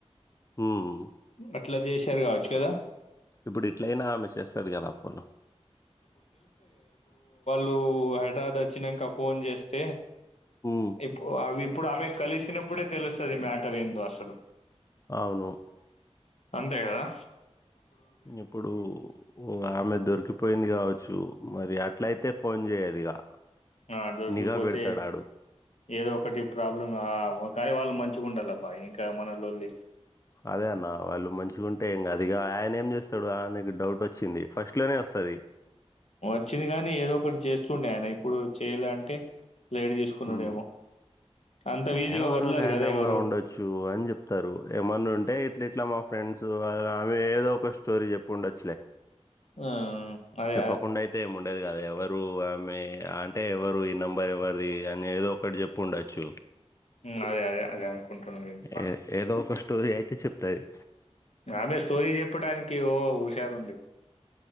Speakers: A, on the left; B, on the left.
A: హ్మ్మ్
B: అట్లా చేశారు గావచ్చు కదా
A: ఇప్పుడు ఇట్లయినా ఆమె చేస్తది గదా ఫోను
B: లో హైద్రాద్ వచ్చినంక ఫోన్ చేస్తే
A: హ్మ్.
B: ఇప్ అవ్ ఇప్పుడు ఆమె కలిసినప్పుడే తెలుస్ తది మ్యాటర్ ఎందో అసలు
A: అవును
B: అంతేగదా
A: ఇప్పుడు ఉ ఆమె దొరికిపోయింది కావచ్చు మరి అట్లై తే ఫోన్ చేయదిగా
B: ఆహ్ దొరికిపోతే
A: నిఘా పెడతాడాడు.
B: ఏదో ఒక్కటి ప్రాబ్లం ఆహ్ కానీ వాళ్ళు మంచిగుండాలబ్బా ఇంకా మనలోల్లి
A: అదే అన్న వాళ్ళు మంచిగుంటే ఏం కాది ఇగా అయిన ఏం చేస్తాడు ఆయనకు డౌట్ వచ్చింది ఫస్ట్ ఇట్లనే ఓస్తది
B: వచ్చింది గానీ ఏదో ఒకటి చేస్తుండే అయినే ఇప్పుడు చేయలే అంటే లైట్ తీసుకున్నాడేమో
A: హ్మ్.
B: అంత
A: ఏ
B: ఈజీగా
A: ఎవరో
B: వదలరు
A: ర్యాండం
B: కదా ఎవరు
A: గా ఉండొచ్చు అని చెప్తారు ఏమన్నా ఉంటే ఇట్లా ఇట్లా మా ఫ్రెండ్సు అద్ ఆమె ఏదో ఒక స్టోరీ చెప్పండొచ్చలే
B: ఆ అదే
A: చెప్పకుండైతే
B: అదే
A: ఏమున్ ఉండదు కద ఎవరు ఆమె అంటే ఎవరు ఈ నంబర్ ఎవ్వరిది అని ఏదో ఒకటి చెప్పుండొచ్చు
B: ఉమ్ అదే అదే అదే అనుకుంటున్నా నేను కూడా
A: ఏ ఏదో ఒక్క స్టోరీ అయితే చెప్తది
B: ఆమె స్టోరీ చెప్పడానికి ఓ హుషారుంది